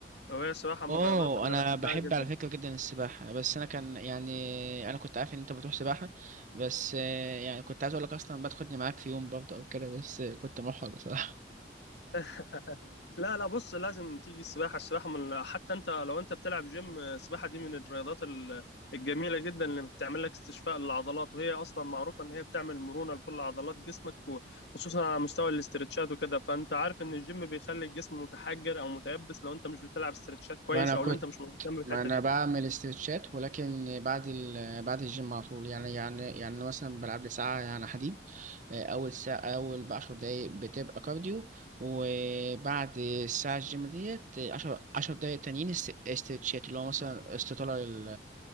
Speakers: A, on the left (about 70°); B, on the right (about 45°).
A: وهي السباحه
B: اوه
A: من الرياضات اللي
B: انا
A: بحبها
B: بحب
A: جدا
B: على فكره جدا السباحه بس انا كان يعني انا كنت عارف ان انت بتروح سباحه بس آه، يعني كنت عايز اقول لك اصلا بدخلني معاك في يوم برضه او كده بس آه، كنت محرج بصراحه
A: <laughs> لا لا بص لازم تيجي السباحه السباحه من حتى انت لو انت بتلعب جيم السباحه دي من الرياضات ال- الجميله جدا اللي بتعمل لك استشفاء للعضلات وهي اصلا معروفه ان هي بتعمل مرونه لكل عضلات جسمك خصوصا على مستوى الاسترتشات وكده فانت عارف ان الجيم بيخلي الجسم متحجر او متيبس لو انت مش بتلعب استرتشات
B: <laughs>
A: كويس
B: وانا
A: او
B: كنت
A: لو انت مش مهتم بالحته
B: ما انا
A: دي
B: بعمل استرتشات ولكن بعد ال... بعد الجيم على طول يعني يعني يعني أنا مثلا بلعب لي ساعه يعني حديد آه، اول ساعه اول بعشر دقايق بتبقى كارديو وبعد الساعه الجيم ديت عشر عشر دقايق تانيين است- استرتشات اللي هو مثلا استطاله لل...